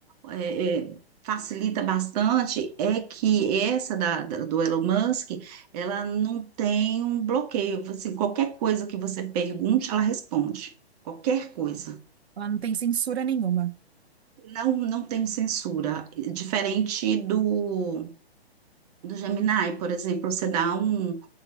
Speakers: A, on the right (about 40°); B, on the right (about 75°).
A: é, é, facilita bastante, é que essa da, da- do Elon Musk, ela não tem um bloqueio. Assim, qualquer coisa que você pergunte, ela responde. Qualquer coisa.
B: Ela não tem censura nenhuma.
A: Não, não tem censura. Diferente do do Gemini, por exemplo, você dá um,